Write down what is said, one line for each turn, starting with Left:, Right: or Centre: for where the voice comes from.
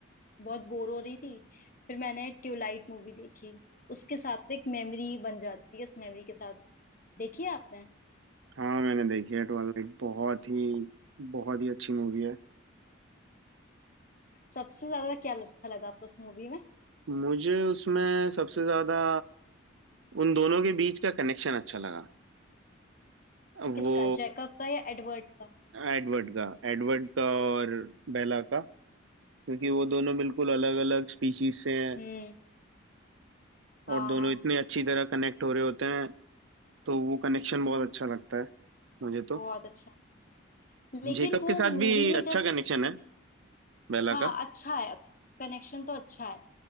Left: बहुत बोर हो रही थी फिर मैंने ट्यूबलाइट मूवी देखी उसके साथ एक मेमोरी बन जाती है उस मेमोरी के साथ देखी है आपने
Right: हाँ मैंने देखी है ट्वेलाइट बहुत ही बहुत ही अच्छी मूवी है
Left: सबसे ज्यादा क्या अच्छा लगा आपको उस मूवी में
Right: मुझे उसमें सबसे ज्यादा उन दोनों के बीच का कनेक्शन अच्छा लगा
Left: किसका
Right: वो
Left: जैकब का या एडवर्ड का
Right: एडवर्ड का एडवर्ड का और बेला का क्योंकि वो दोनों बिल्कुल अलग अलग स्पीशीज से हैं
Left: हम्म हाँ
Right: और दोनों इतने अच्छी तरह कनेक्ट हो रहे होते हैं तो वो कनेक्शन बहुत अच्छा लगता है मुझे तो
Left: बहुत अच्छा लेकिन
Right: जेकब
Left: वो
Right: के साथ
Left: मूवी
Right: भी
Left: में
Right: अच्छा
Left: जब
Right: कनेक्शन है बेला
Left: हाँ
Right: का
Left: अच्छा है कनेक्शन तो अच्छा है